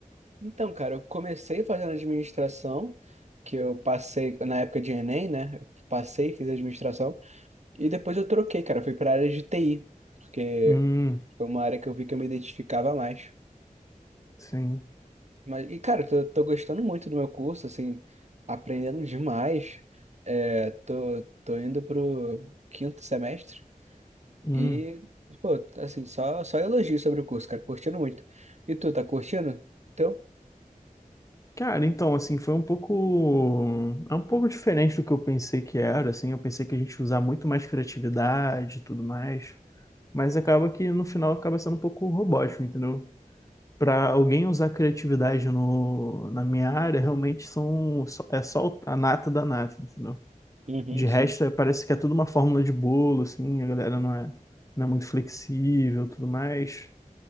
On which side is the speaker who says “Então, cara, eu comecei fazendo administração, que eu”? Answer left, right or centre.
Right